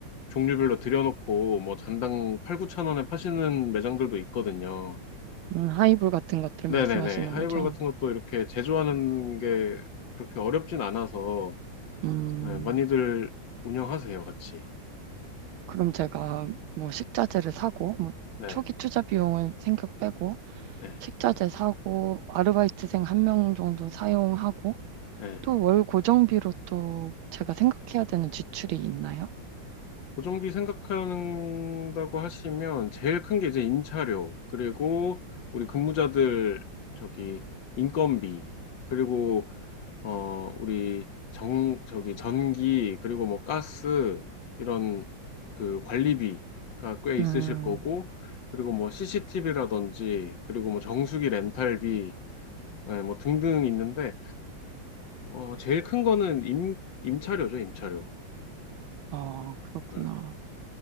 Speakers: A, on the left; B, on the right.
A: 종류별로 들여놓고 뭐 잔당 8, 9천 원에 파시는 매장들도 있거든요.
B: 음, 하이볼 같은 것들
A: 네네네.
B: 말씀하시는
A: 하이볼
B: 거죠?
A: 같은 것도 이렇게 제조하는 게 그렇게 어렵진 않아서
B: 음,
A: 네, 많이들 운영하세요, 같이.
B: 그럼 제가 뭐 식자재를 사고 뭐
A: 네.
B: 초기 투자 비용은 생각 빼고
A: 네.
B: 식자재 사고 아르바이트생 한 명 정도 사용하고
A: 네.
B: 또 월 고정비로 또 제가 생각해야 되는 지출이 있나요?
A: 고정비 생각한다고 하시면 제일 큰 게 이제 임차료, 그리고 우리 근무자들 저기 인건비, 그리고 어 우리 정 저기 전기, 그리고 뭐 가스 이런 그 관리비가 꽤
B: 음,
A: 있으실 거고, 그리고 뭐 CCTV라든지, 그리고 뭐 정수기 렌탈비, 네, 뭐 등등 있는데 어 제일 큰 거는 임 임차료죠, 임차료.
B: 아, 그렇구나.
A: 네.